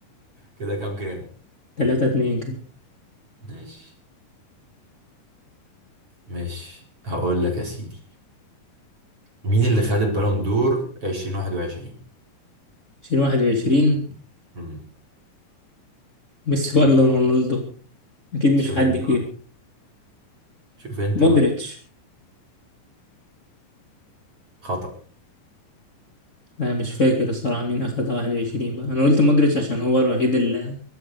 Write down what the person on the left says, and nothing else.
تلاتة اتنين كده
عشرين واحد وعشرين
ميسي ولا رونالدو أكيد مش
حد
فيهم
مودريتش
أنا مش فاكر الصراحة مين أخدها واحد وعشرين بقى أنا قلت مودريتش عشان هو الوحيد اللي